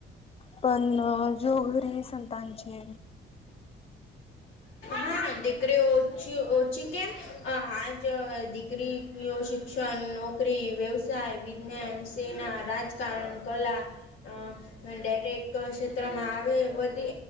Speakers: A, on the left (about 30°); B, on the left (about 80°).
A: પણ જો ઘરે સંતાન છે.
B: હા દીકરી ઓછી ઓછી કેમ આજ દીકરી શિક્ષણ નોકરી વ્યવસાય વિજ્ઞાન સેના રાજકારણ કલા અ ડાયરેક્ટ ક્ષેત્રમાં આવે વધી